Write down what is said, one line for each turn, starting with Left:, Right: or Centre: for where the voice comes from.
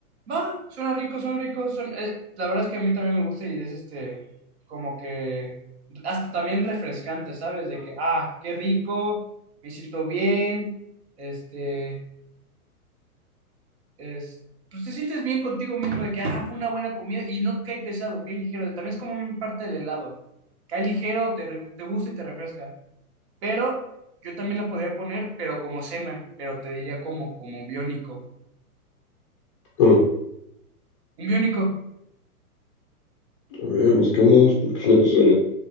Right: Va, suena rico, suena rico. suena- eh, la verdad es que a mí también me gusta y es este, como que, hasta también refrescante, ¿sabes? De que, ah, qué rico, me siento bien, este, es, pues te sientes bien contigo mismo de que, ah, fue una buena comida y no cae pesado, cae ligero. También es como una parte del helado. Cae ligero, te, re- te gusta y te refresca. Pero yo también la podría poner, pero como cena, pero te diría como, como biónico.
Left: ¿Cómo?
Right: Un biónico.
Left: A ver, busquemos porque <laughs> no me suenan.